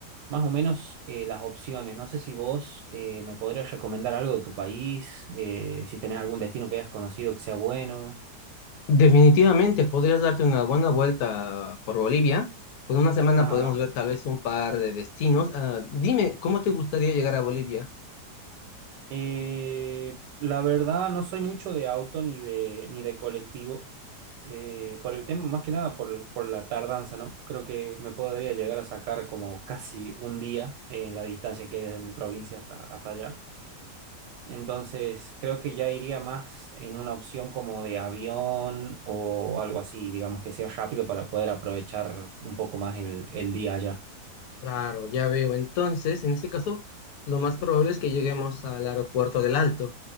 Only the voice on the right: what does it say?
más o menos eh, las opciones. No sé si vos eh, me podrías recomendar algo de tu país, eh, si tenés algún destino que hayas conocido que sea bueno.
Ajá.
Eh, la verdad, no soy mucho de auto ni de, ni de colectivo, eh, por el tema, más que nada por, por la tardanza, ¿no? Creo que me podría llegar a sacar como <laughs> casi un día eh, en la distancia que hay desde mi provincia hasta, hasta allá. Entonces, creo que ya iría más en una opción como de avión o algo así, digamos, que sea rápido para poder aprovechar un poco más el, el día allá.